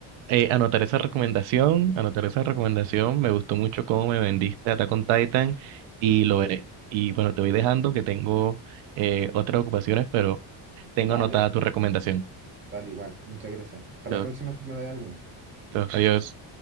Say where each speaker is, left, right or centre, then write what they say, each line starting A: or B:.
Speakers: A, on the right; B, on the right.
A: eh, anotar esa recomendación, anotar esa recomendación. Me gustó mucho cómo me vendiste Attack on Titan y lo veré. Y bueno, te voy dejando que tengo eh, otras ocupaciones, pero tengo
B: Vale,
A: anotada tu recomendación.
B: vale, igual, muchas gracias. Para
A: Entonces,
B: la próxima tú me das alguna.
A: entonces, adiós.